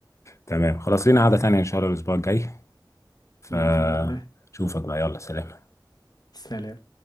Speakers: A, on the left; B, on the left.
A: تمام خلاص لينا قعده تانية ان شاء الله الاسبوع الجاي فشوفك
B: بإذن الله
A: بقى يلا سلام
B: سلام